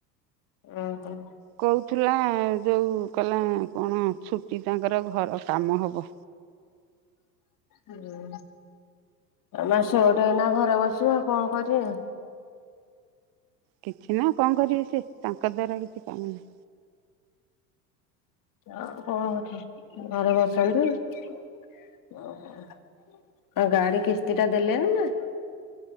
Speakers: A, on the left; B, on the right.
A: ଓହୋ।
B: କୋଉଥିଲା ଯୋଉ କହିଲା କଣ ଛୁଟି ତାଙ୍କର ଘର କାମ ହବ।
A: ହୁଁ। ଆ ମାସ ଗୋଟେ ଏଇନା ଘରେ ବସିବ ଆଉ କଣ କରିବା?
B: କିଛି ନା କଣ କରିବେ ସେ? ତାଙ୍କ ଦ୍ବାରା କିଛି କାମ ନାହିଁ।
A: ଆଉ କଣ କଥା ଘରେ ବ <unintelligible> ଆଉ ଗାଡି କିସ୍ତିଟା ଦେଲେନି ନା